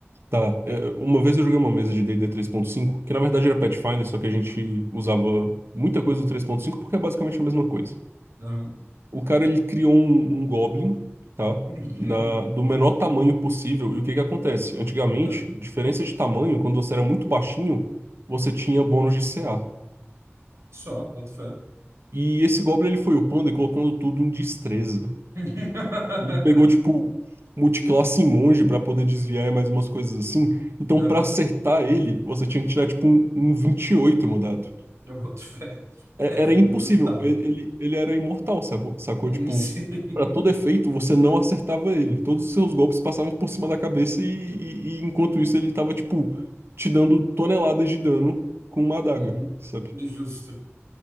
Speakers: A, on the right (about 60°); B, on the right (about 75°).
A: Tá. É, uma vez eu joguei uma mesa de D&D 3.5, que na verdade era Pathfinder, só que a gente usava muita coisa do 3.5 porque é basicamente a mesma coisa.
B: Aham.
A: O cara ele criou um, um Goblin, tá?
B: <laughs>
A: Da- do menor tamanho possível. E o que que acontece? Antigamente,
B: Não.
A: diferença de tamanho, quando você era muito baixinho, você tinha bônus de CA.
B: Só, boto fé.
A: E esse Goblin ele foi upando e colocando tudo em destreza.
B: <laughs>
A: Ele pegou, tipo, multiclasse em monge pra poder desviar e mais umas coisas assim. Então,
B: Aham,
A: pra acertar ele, você tinha que tirar, tipo, um, um 28 no dado.
B: eu boto fé.
A: É-
B: É, velho,
A: Era impossível.
B: brutal.
A: Ele, ele, ele era imortal, sabe? Sacou?
B: <laughs>
A: Tipo,
B: Sim.
A: pra todo efeito, você não acertava ele. Todos os seus golpes passavam por cima da cabeça e, e- e enquanto isso ele tava, tipo, te dando toneladas de dano com uma adaga,
B: Uhum.
A: sabe?
B: Justo.